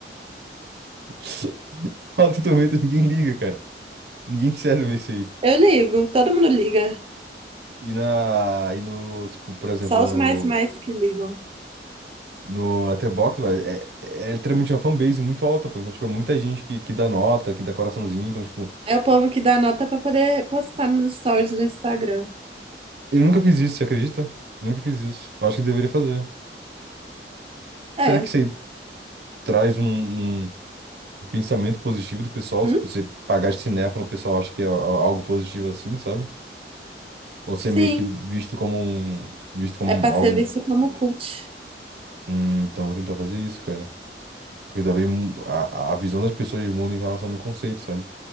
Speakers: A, on the right (about 65°); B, on the right (about 30°).
A: <laughs> Rotten Tomatoes, ninguém liga, cara. Ninguém serve isso aí.
B: Eu ligo, todo mundo liga.
A: E na. E no. Tipo, por exemplo,
B: Só
A: no.
B: os mais mais que ligam.
A: No Letterboxd, velho, é, é literalmente uma fanbase muito alta, pô. Então, tipo, é muita gente que, que dá nota, que dá coraçãozinho. Então, tipo,
B: É o povo que dá nota pra poder postar nos stories do Instagram.
A: eu nunca fiz isso, você acredita? Eu nunca fiz isso. Eu acho que eu deveria fazer. Será
B: É.
A: que isso aí traz um, um- pensamento positivo do pessoal,
B: Hum?
A: tipo, você pagar de cinéfilo, o pessoal acha que é a- algo positivo assim, sabe? Ou ser
B: Sim.
A: meio que visto como um, visto como
B: É pra ser
A: algo,
B: visto como cult.
A: hum, então vou tentar fazer isso, cara. Porque talvez mu- a, a visão das pessoas mudem em relação ao meu conceito, sabe?